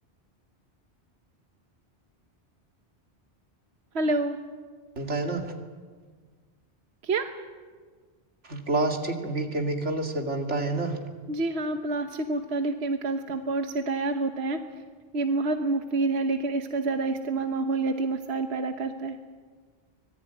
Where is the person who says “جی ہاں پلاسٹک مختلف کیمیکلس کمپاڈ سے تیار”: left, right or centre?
Right